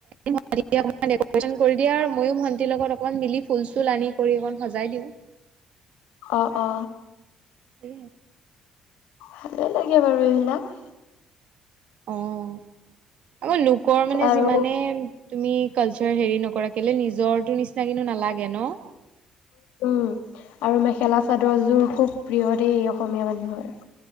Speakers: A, on the right; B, on the left.
A: দেকুৰেচন কৰি দিয়া আৰু মইো ভন্টিৰ লগত অকমান মিলি ফুল চুল আনি কৰি অকন সজাই দিওঁ।
B: অ অ
A: এ
B: ভালে লাগে বাৰু এইবিলাক
A: অহ আকৌ লোকৰ মানে
B: আৰু
A: যিমানে তুমি কালচাৰ হেৰি নকৰা কেলৈ নিজৰো নিচিনা কিন্তু নালাগে ন
B: উম আৰু মেখেলা চাদৰ জোৰ খুব প্ৰিয় দেই অসমীয়া মানুহৰ